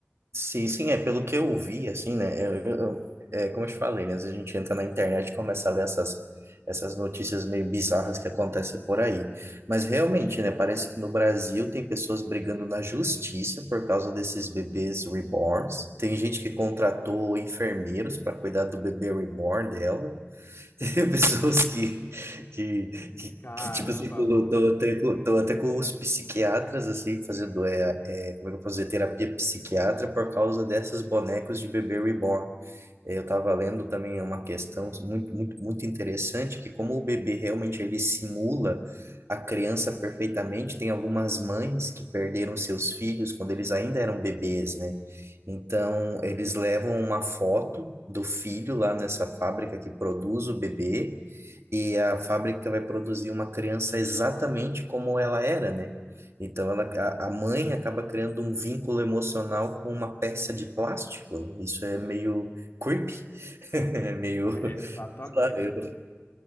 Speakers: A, on the right; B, on the left.
A: Sim, sim, é pelo que eu vi, assim, né? Eu, eu- eu- é como eu te falei, né? Às vezes a gente entra na internet e começa a ler essas, essas notícias meio bizarras que acontecem por aí. Mas realmente, né? Parece que no Brasil tem pessoas brigando na justiça por causa desses bebês reborns. Tem gente que contratou enfermeiros para cuidar do bebê reborn dela. <laughs> pessoas que, que, que,
B: Caramba,
A: que, tipo assim, tô,
B: mano.
A: tô até, com- tô até com os psiquiatras, assim, fazendo, é, é, como é que eu posso dizer, terapia psiquiatra por causa dessas bonecos de bebê reborn. É, Eu estava lendo também uma questão muito, muito, muito interessante, que como o bebê realmente ele simula a criança perfeitamente, tem algumas mães que perderam seus filhos quando eles ainda eram bebês, né? Então, eles levam uma foto do filho lá nessa fábrica que produz o bebê, e a fábrica vai produzir uma criança exatamente como ela era, né? Então ela, a, a mãe acaba criando um vínculo emocional com uma peça de plástico, né? Isso é meio creepy, <laughs> é meio...
B: É, exatamente,
A: sei lá, eu-
B: mano.